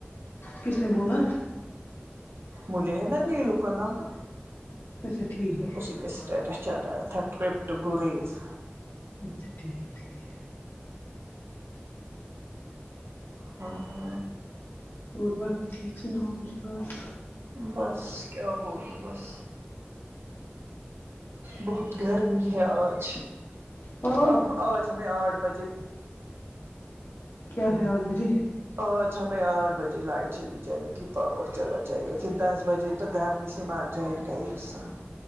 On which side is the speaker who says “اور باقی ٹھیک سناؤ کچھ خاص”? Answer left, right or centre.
Left